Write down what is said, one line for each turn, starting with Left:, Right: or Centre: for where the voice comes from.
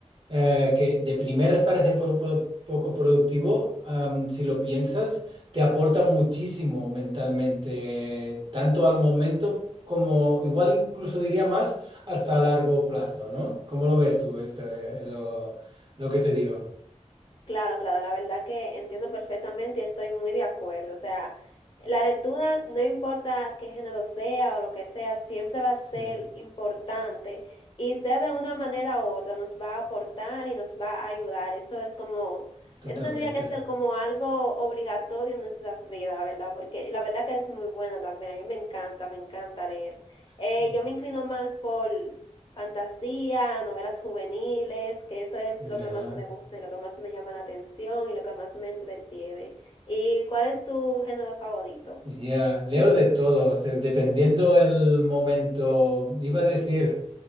Right: eh, que de primeras parece po- po- poco productivo, am, si lo piensas, te aporta muchísimo mentalmente, tanto al momento como, igual incluso diría más, hasta a largo plazo, ¿no? ¿Cómo lo ves tú, este, lo, lo que te digo?
Left: Claro, claro, la verdad que entiendo perfectamente y estoy muy de acuerdo. O sea, la lectura, no importa qué género sea o lo que sea, siempre va a
Right: Sí,
Left: ser importante y sea de una manera u otra, nos va a aportar y nos va a ayudar. Eso es como,
Right: totalmente.
Left: eso tendría que ser como algo obligatorio en nuestras vidas, la verdad, porque y la verdad que es muy buena también. A mí me encanta, me encanta leer. Eh,
Right: Sí.
Left: yo me inclino más por fantasía, novelas juveniles, que eso es
Right: Y,
Left: lo que
Right: ajá.
Left: más me gusta y lo que más me llama la atención y lo que más me entretiene. ¿Y cuál es tu género favorito?
Right: Y Ya, leo de todo, o sea, dependiendo el momento. Iba a decir.